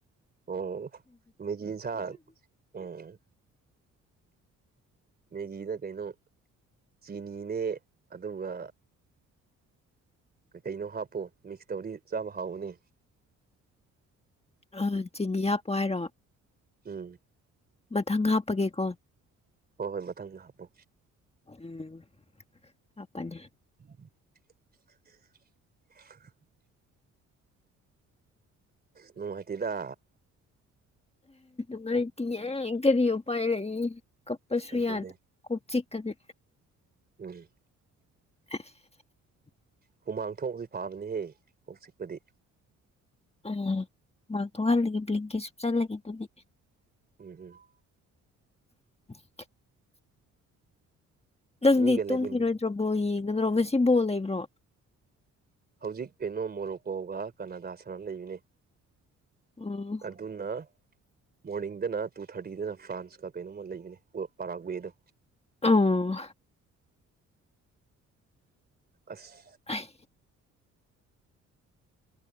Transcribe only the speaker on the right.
ꯑꯣ ꯃꯦꯒꯤ ꯏꯟꯁꯥꯟ ꯎꯝ ꯃꯦꯒꯤꯗ ꯀꯩꯅꯣ ꯆꯤꯅꯤꯅꯦ ꯑꯗꯨꯒ ꯀ ꯀꯩꯅꯣ ꯍꯥꯞꯄꯣ ꯃꯤꯛꯁ ꯇꯧꯗꯤ ꯆꯥꯕ ꯍꯥꯎꯕꯅꯦ
ꯎꯝ
ꯍꯣꯏ ꯍꯣꯏ ꯃꯊꯪꯗ ꯍꯥꯞꯄꯨ
<unintelligible> ꯅꯨꯡꯃꯥꯏꯇꯗ
ꯑꯗꯨꯅꯦ
ꯎꯝ
ꯍꯨꯃꯥꯡ ꯊꯣꯡꯕꯗꯤ ꯐꯥꯕꯅꯤꯍꯦ ꯀ ꯆꯤꯛꯄꯗꯤ
ꯎꯝ ꯎꯝ
ꯃꯤꯒ ꯂꯩꯃꯤꯟꯅ
ꯍꯧꯖꯤꯛ ꯄꯦꯅꯣ ꯃꯣꯔꯣꯀꯣꯒ ꯀꯅꯥꯗꯥ ꯁꯥꯟꯅ ꯂꯩꯕꯅꯤ
ꯑꯗꯨꯅ ꯃꯣꯔꯅꯤꯡꯗꯅ ꯇꯨ ꯊꯥꯔꯇꯤꯗꯅ ꯐ꯭ꯔꯥꯟꯁ ꯀ ꯀꯩꯅꯣꯝꯃ ꯂꯩꯕꯅꯦ ꯄꯔꯥꯛ ꯋꯦꯗ
ꯑꯁ